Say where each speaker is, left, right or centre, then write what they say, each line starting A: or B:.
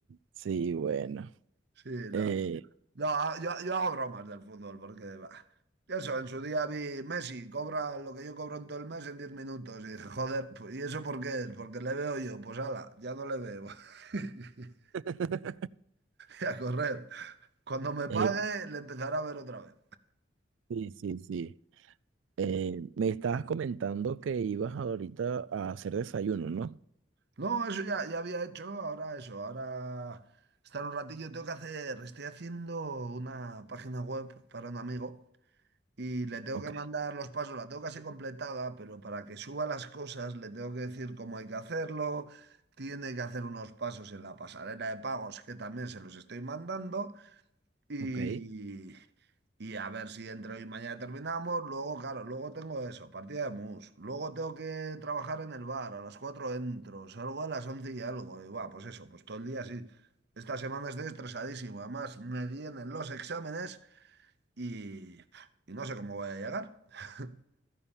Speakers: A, on the right; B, on the right.
A: sí, bueno.
B: Sí, no.
A: Eh,
B: No, a- yo, yo hago bromas del fútbol, porque bah, eso, en su día vi Messi, cobra lo que yo cobro en todo el mes en 10 minutos, y dije, joder, pues, ¿y eso por qué es? Porque le veo yo, pues ala, ya no le veo. <laughs>
A: <laughs>
B: Y a correr. Cuando me pague,
A: eh,
B: le empezará a ver otra vez.
A: Sí, sí, sí. Eh, me estabas comentando que ibas ahorita a hacer desayuno, ¿no?
B: No, eso ya, ya había hecho, ahora eso, ahora estar un ratillo, tengo que hacer, estoy haciendo una página web para un amigo y le tengo
A: Ok,
B: que mandar los pasos, la tengo casi completada, pero para que suba las cosas le tengo que decir cómo hay que hacerlo, tiene que hacer unos pasos en la pasarela de pagos que también se los estoy mandando y,
A: ok.
B: y a ver si entre hoy y mañana terminamos. Luego, claro, luego tengo eso, partida de mus. Luego tengo que trabajar en el bar, a las 4 entro, salgo a las 11 y algo. Y va, pues eso, pues todo el día así. Esta semana estoy estresadísimo. Además, me vienen los exámenes y, y no sé cómo voy a llegar. <laughs>